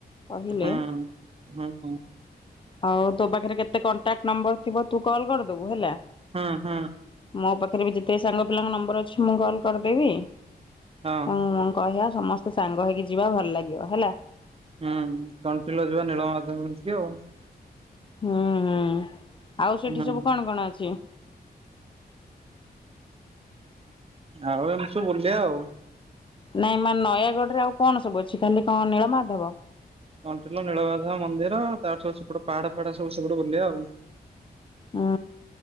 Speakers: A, on the left; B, on the right.
A: କହିଲେ
B: ହୁଁ ହୁଁ ହୁଁ।
A: ଆଉ ତୋପାଖେରେ କେତେ କଣ୍ଟାକ୍ଟ ନମ୍ବର ଥିବ ତୁକଲ୍ କରିଦବୁ ହେଲା
B: ହଁ ହଁ।
A: ମୋ ପାଖେରେବି ଯେତେ ସାଙ୍ଗ ପିଲାଙ୍କ ନମ୍ବର ଅଛି ମୁଁ କଲ୍ କରିଦେବି
B: ହଁ
A: ତୁ ମୁଁ କହିବା ସମସ୍ତେ ସାଙ୍ଗ ହେଇକି ଯିବା ଭଲ ଲାଗିବ ହେଲା।
B: ହୁଁ କଣ୍ଟିଲ ଯିବା ନୀଳମାଧବଙ୍କ କତିକି ଆଉ।
A: ହୁଁ ହୁଁ ଆଉ ସେଠି
B: ହୁଁ
A: ସବୁ କଣ କଣ ଅଛି?
B: ଆଉ ଏମିତି ସବୁ ବୁଲିବା ଆଉ।
A: ନାଇଁ ମାନେ ନୟାଗଡ଼ରେ ଆଉ କଣ ସବୁ ଅଛି ଖାଲି କଣ ନୀଳମାଧବ?
B: କଣ୍ଟିଲ ନୀଳମାଧବ ମନ୍ଦିର ତାପରେ ସବୁ ସେପଟେ ପାହାଡ଼ ଫାହାଡ଼ ସବୁ ସେପଟେ ବୁଲିବା ଆଉ।
A: ହୁଁ